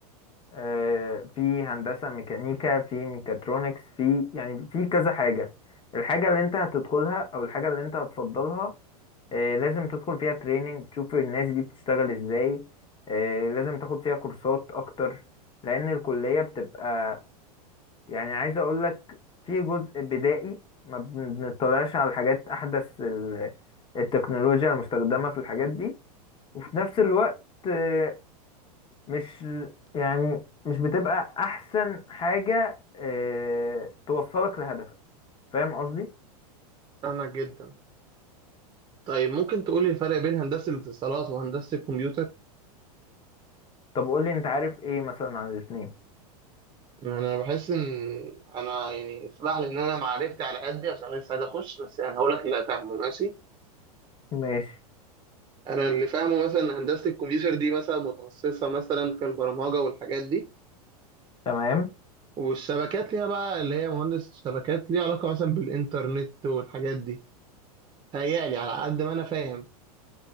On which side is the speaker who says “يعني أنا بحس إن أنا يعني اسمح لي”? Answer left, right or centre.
Right